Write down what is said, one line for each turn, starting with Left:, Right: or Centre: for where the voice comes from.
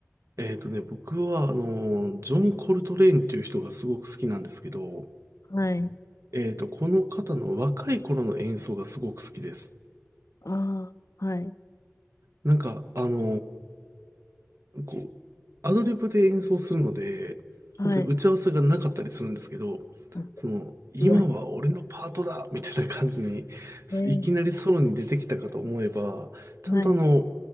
Right: えっとね、僕は、あの、ジョン・コルトレーンっていう人がすごく好きなんですけど、
Left: はい。
Right: えっと、この方の若い頃の演奏がすごく好きです。
Left: ああ、はい。
Right: なんか、あの、こう、アドリブで演奏するので、
Left: はい。
Right: 本当に打ち合わせがなかったりするんですけど、
Left: あ
Right: その、今は俺のパートだみたいな感じに、
Left: すごい。えー、
Right: いきなりソロに出てきたかと思えば、ちゃんとあの、
Left: はい。